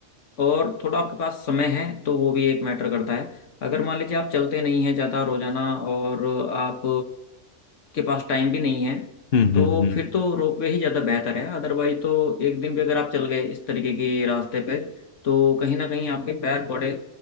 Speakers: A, on the left; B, on the left.
A: और थोड़ा आपके पास समय है तो वो भी एक मैटर करता है अगर मान लीजिए आप चलते नहीं हैं ज़्यादा रोजाना और आप के पास टाइम भी नहीं है
B: हम्म
A: तो
B: हम्म हम्म
A: फिर तो रोपवे ही ज़्यादा बेहतर है अदरवाइज तो एक दिन भी अगर आप चल गए इस तरीके के रास्ते पे तो कहीं ना कहीं आपके पैर बड़े